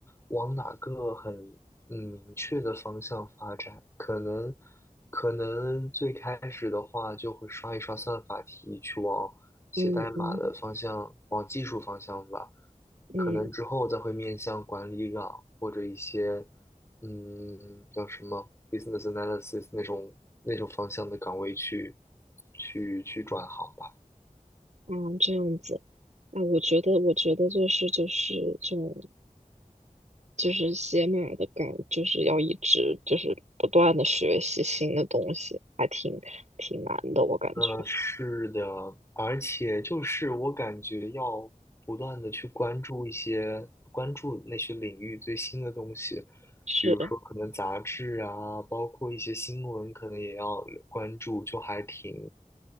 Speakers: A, on the left (about 20°); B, on the right (about 60°).
A: 往哪个很嗯明确的方向发展。可能可能最开始的话就会刷一刷算法题，去往写代码的方向，
B: 嗯嗯
A: 往技术方向吧。
B: 嗯
A: 可能之后再会面向管理岗或者一些。嗯，叫什么 business analysis 那种那种方向的岗位去去去转行吧。
B: 嗯，这样子。哎，我觉得我觉得就是就是这种就是写码的感，就是要一直就是不断的学习新的东西，还挺挺难的，我感觉。
A: 嗯，是的，而且就是我感觉要不断的去关注一些关注那些领域最新的东西，
B: 是，
A: 比如说可能杂志啊，
B: 的，
A: 包括一些新闻，可能也要关注，就还挺